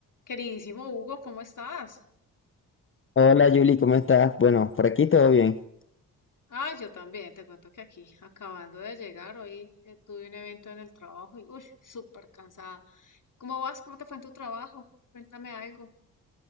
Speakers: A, on the left (about 45°); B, on the left (about 30°).
A: Queridísimo Hugo, ¿cómo estás?
B: Hola Julie, ¿cómo estás? Bueno, por aquí todo bien.
A: Ah, yo también, te cuento que aquí, acabando de llegar, hoy eh, tuve un evento en el trabajo y, uy, súper cansada. ¿Cómo vas? ¿Cómo te fue en tu trabajo? Cuéntame algo.